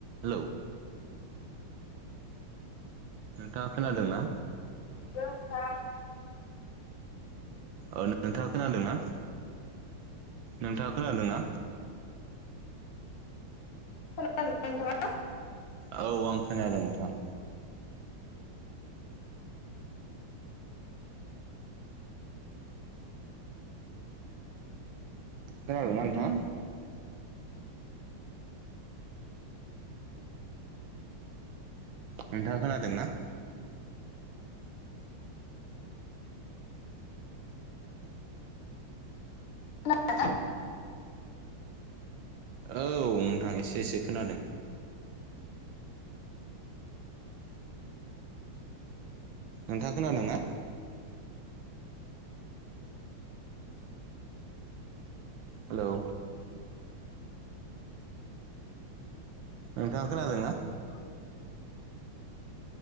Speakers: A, on the right; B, on the left.
A: Hello नोंथाङा खोनादोंना?
B: Hello नोंथां
A: ओ नोंथाङा खोनादोंना? नोंथाङा खोनादोंना?
B: खोनादोंना नोंथाङा?
A: औ आं खोनादों नोंथां खोनादोंना नोंथाङा? नोंथाङा खोनादोंना?
B: खोनादोंना?
A: औ नोंथां इसे इसे खोनादों नोंथाङा खोनादों ना? हेलौ नोंथाङा खोनादोंना?
B: <unintelligible>